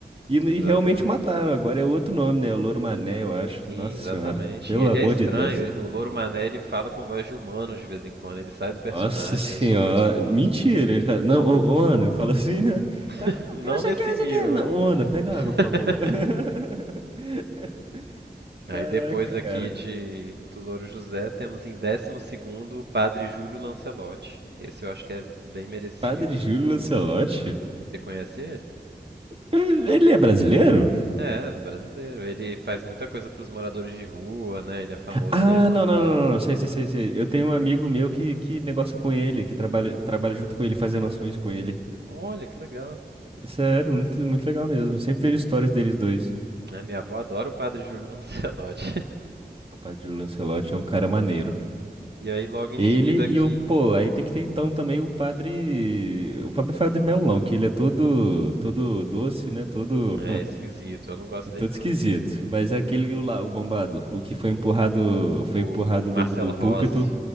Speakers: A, on the right; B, on the right.
A: E,
B: exatamente.
A: e realmente mataram, agora é outro nome, né? O Louro Mané, eu acho.
B: Sim,
A: Nossa
B: exatamente.
A: Senhora, pelo
B: E ele
A: amor
B: é estranho.
A: de Deus.
B: O Louro Mané, ele fala com voz de humano de vez em quando. Ele sai do personagem.
A: Nossa Senhora,
B: Eu sou muito contra.
A: mentira. Ele fala, não, ô, ô, Ana, fala assim, né?
B: <laughs>
A: Tá,
B: Não
A: eu quero não sei
B: nesse
A: o que, não
B: nível,
A: sei o que. Não,
B: né?
A: ô, Ana, pega
B: <laughs>
A: água, por favor. <laughs>
B: Aí
A: Caraca,
B: depois
A: cara.
B: aqui de do Louro José, temos em décimo segundo o Padre Júlio Lancelotti. Esse eu acho que é bem merecido.
A: Padre Júlio Lancelotti?
B: Você conhece ele?
A: Ele é brasileiro?
B: É, brasileiro. Ele faz muita coisa para os moradores de rua, né? Ele é famoso
A: Ah,
B: lá em São
A: não,
B: Paulo.
A: não, não, não, não. Sei,
B: pô.
A: sei, sei, sei. Eu tenho um amigo meu que, que negocia com ele, que trabalha, trabalha junto com ele, fazendo ações com ele.
B: Olha, que legal.
A: Sério, muito, muito legal mesmo. Sempre vejo histórias deles dois.
B: É, minha avó adora o Padre Júlio <laughs> Lancelotti.
A: O padre Lancelotti é um cara maneiro.
B: E aí logo em
A: Ele
B: seguida aqui,
A: e o, pô, aí tem que ter então também o padre, o Fábio Fábio de Melão, que ele é todo, todo doce, né? Todo,
B: É esquisito, eu
A: <laughs>
B: não gosto
A: é
B: dele
A: todo
B: não.
A: esquisito. Mas aquele lá, o bombado, o que foi empurrado, foi
B: O
A: empurrado
B: Marcelo
A: do, do
B: Rossi
A: púlpito.